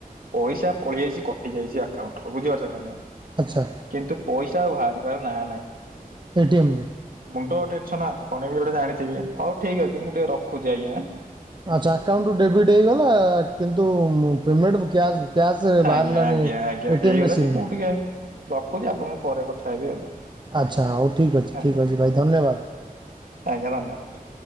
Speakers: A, on the right; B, on the right.
A: ପଇସା ପଳେଇ ଯାଇଛି କଟି ଯାଇଛି ଆକାଉଣ୍ଟ ରୁ ବୁଝିପାରୁଛ ନା ନାଇଁ।
B: ଆଚ୍ଛା
A: କିନ୍ତୁ ପଇସା ଆଉ ବାହାରିବାର ନାଁ ନାହିଁ।
B: ଏଟିଏମ୍
A: ମୁଣ୍ଡ ଟେନସନ ଆପଣ ବି ଗୋଟେ ଜାଣିଥିବେ ହଉ ଠିକ ଅଛି ମୁଁ ଟିକେ ରଖୁଛି ଆଜ୍ଞାଁ।
B: ଆଚ୍ଛା ଆକାଉଣ୍ଟ ରୁ ଡେବିଟ୍ ହେଇଗଲା କିନ୍ତୁ ପେମେଣ୍ଟ କ୍ୟାସ୍ କ୍ୟାସ ବାହାରିଲାଣି
A: ଆଜ୍ଞା ଆଜ୍ଞା ଆଜ୍ଞା
B: ଏଟିଏମ
A: ହେଇଗଲା
B: ମେସିନ
A: ଯେ ମୁଁ
B: ରୁ।
A: ଟିକେ ରଖୁଛି ଆପଣଙ୍କୁ ପରେ କଥା ହେବି ଆଉ
B: ଆଚ୍ଛା ହଉ ଠିକ ଅଛି
A: ଆଜ୍ଞା
B: ଠିକ ଅଛି ଭାଇ ଧନ୍ୟବାଦ।
A: ଆଜ୍ଞା ଧନ୍ୟବାଦ।